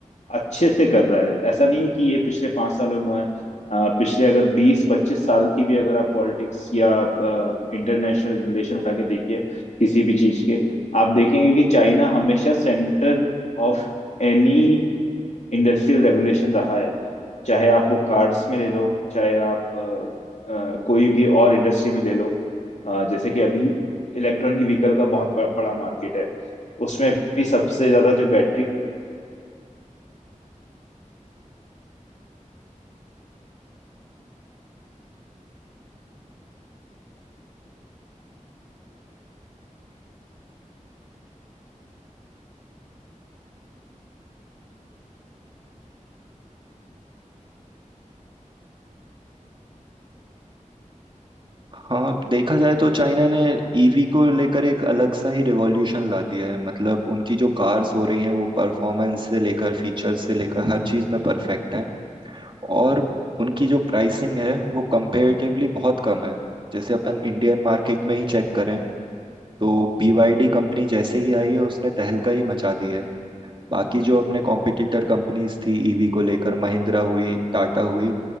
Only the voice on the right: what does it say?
हाँ देखा जाए तो चाइना ने ईवी को लेकर एक अलग सा ही रिवॉल्यूशन ला दिया है मतलब उनकी जो कार्स हो रही हैं वो परफॉर्मेंस से लेकर फीचर से लेकर हर चीज़ में परफेक्ट हैं और उनकी जो प्राइसिंग है वो कंपेरेटिवली बहुत कम है जैसे अपन इंडियन मार्केट में ही चेक करें तो BYD कंपनी जैसे ही आई है उसने तहलका ही मचा दी है बाकी जो अपने कॉम्पिटिटर कंपनीज थी ईवी को लेकर महिंद्रा हुई टाटा हुई